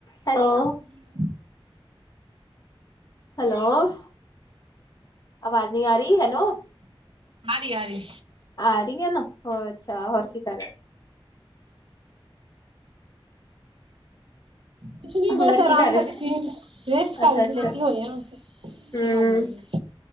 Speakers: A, on the left; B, on the right.
A: Hello
B: hello
A: hello, ਆਵਾਜ਼ ਨਹੀਂ ਆ ਰਹੀ, ਹੈਲੋ
B: ਆ ਰਹੀ, ਆ ਰਹੀ
A: ਆ ਰਹੀ ਹੈ ਨਾ, ਹੋਰ ਅੱਛਾ ਹੋਰ ਕੀ ਕਰ ਰਹੇ?
B: ਕੁਛ ਨਹੀਂ ਬਸ
A: ਹੋਰ
B: ਆਰਾਮ
A: ਕੀ ਕਰ ਰਹੇ
B: ਕਰਦੀ ਸੀ, ਰੇਸਟ ਕਰ
A: ਅੱਛਾ
B: ਰੀ
A: ਅੱਛਾ
B: ਸੀ, ਲੇਟੀ ਹੋਈ ਹਾਂ।
A: ਹਮ
B: ਹਾਂਜੀ।